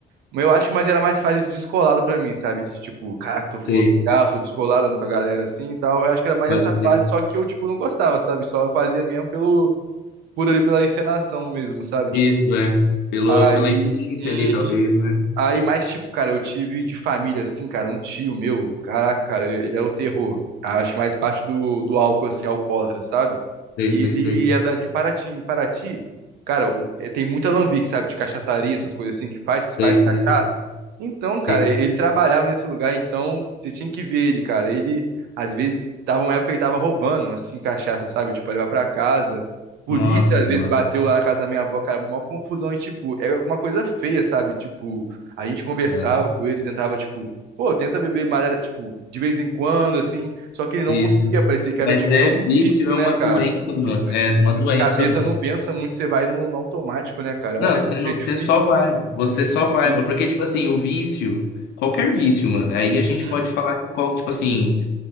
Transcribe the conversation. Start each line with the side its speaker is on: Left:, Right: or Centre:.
Right: mas eu acho, mas era mais fase de descolado pra mim, sabe? De tipo, caraca, eu tô fumando
Left: Sei.
Right: um cigarro, sou descolado, ando com a galera assim e tal. Eu acho que era mais
Left: Pode
Right: essa
Left: crer.
Right: fase, só que eu, tipo, não gostava, sabe? Só fazia mesmo pelo, por ali pela encenação mesmo, sabe? Tipo,
Left: Isso, é. Pelo,
Right: aí.
Left: pela influência
Right: Uhum.
Left: ali, talvez, né?
Right: Aí, mais tipo, cara, eu tive de família, assim, cara, um tio meu, caraca, cara, ele, ele era o terror. Ah, Acho que mais parte do, do álcool, assim, alcoólatra, sabe?
Left: Sei,
Right: E
Left: sei,
Right: ele
Left: sei.
Right: é da, de Paraty. Em Paraty, cara, o- eh, tem muito alambique, sabe? De cachaçaria, essas coisas assim, que faz, faz
Left: Sei, sei,
Right: cachaça.
Left: sei.
Right: Então, cara, ele
Left: Sei.
Right: trabalhava nesse lugar, então você tinha que ver ele, cara. Ele, às vezes, tava uma época que ele tava roubando, assim, cachaça, sabe? Tipo, pra levar pra casa. Polícia,
Left: Nossa,
Right: às vezes,
Left: mano.
Right: bateu lá na casa da minha avó, cara, mó confusão e, tipo, é uma coisa feia, sabe? Tipo. A gente conversava
Left: É,
Right: com ele, tentava, tipo, pô, tenta beber madeira, tipo, de vez em quando, assim. Só que ele não
Left: Isso.
Right: conseguia, parecia que
Left: Mas
Right: era, tipo,
Left: é
Right: é um
Left: vício,
Right: vício,
Left: é
Right: né,
Left: uma
Right: cara?
Left: doença,
Right: Isso.
Left: mano. É uma doença,
Right: A cabeça
Left: mano.
Right: não pensa muito, você vai no, no automático, né, cara? É
Left: Não,
Right: uma coisa
Left: você não,
Right: que é difícil,
Left: você só vai. Você só
Right: é difícil.
Left: vai, mano. Porque, tipo assim, o vício, qualquer vício, mano. Aí a gente
Right: Uhum.
Left: pode falar de qual, tipo assim.